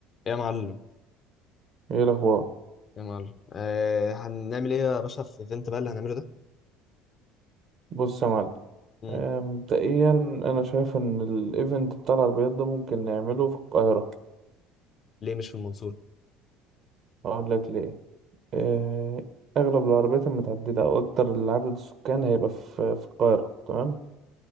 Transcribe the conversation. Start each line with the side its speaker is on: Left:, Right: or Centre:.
Left: يا معلم
Right: ايه الاخبار
Left: يا معلم آه هنعمل ايه يا باشا في الايفنت بقى اللي هنعمله ده
Right: بص يا معلم
Left: مم.
Right: آه، مبدئيا انا شايف ان الايفنت بتاع العربيات ده ممكن نعمله في القاهره
Left: ليه مش في المنصورة
Right: اقول لك ليه آه، اغلب العربيات المتعدله او اكتر العدد السكان هيبقى في في القاهره تمام